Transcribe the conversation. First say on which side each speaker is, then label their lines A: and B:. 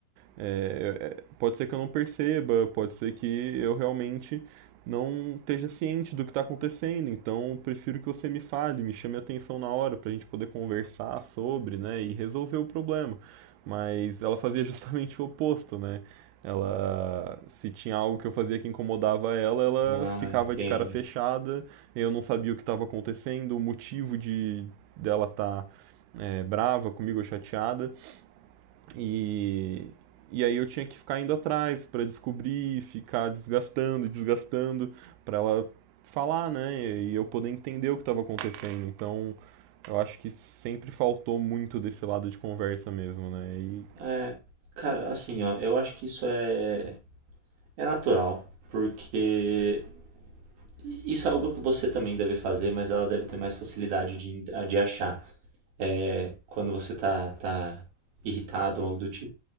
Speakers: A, on the right (about 80°); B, on the right (about 70°).
A: é, é, é, pode ser que eu não perceba, pode ser que eu realmente não esteja ciente do que está acontecendo, então prefiro que você me fale, me chame a atenção na hora para a gente poder conversar sobre, né, e resolver o problema. Mas ela fazia <laughs> justamente o oposto, né? Ela, se tinha algo que eu fazia que incomodava ela, ela
B: Ah,
A: ficava
B: entendo.
A: de cara fechada, eu não sabia o que estava acontecendo, o motivo de dela estar tá, é, brava comigo ou chateada. E, e aí eu tinha que ficar indo atrás para descobrir, ficar desgastando, desgastando, para ela falar, né? E eu poder entender o que estava acontecendo. Então, eu acho que sempre faltou muito desse lado de conversa mesmo, né? E
B: É, cara, assim, ó, eu acho que isso é, é natural, porque isso é algo que você também deve fazer, mas ela deve ter mais facilidade de, en- de achar, é, quando você tá, tá irritado ou algo do tipo.